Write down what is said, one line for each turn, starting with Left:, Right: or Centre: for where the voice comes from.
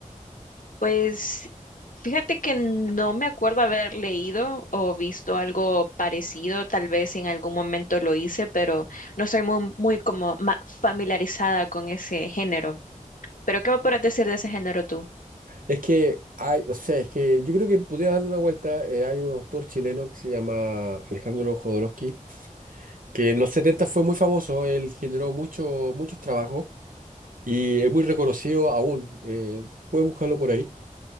Left: Pues fíjate que no me acuerdo haber leído o visto algo parecido. Tal vez en algún momento lo hice, pero no soy muy, muy como ma- familiarizada con ese género. ¿Pero qué me puedes decir de ese género tú?
Right: Es que hay, no sé, es que yo creo que podría darle una vuelta. eh, hay un autor chileno que se llama Alejandro Jodorowsky, que en los 70 fue muy famoso, él generó mucho, muchos trabajos y es muy reconocido aún. eh, pueden buscarlo por ahí.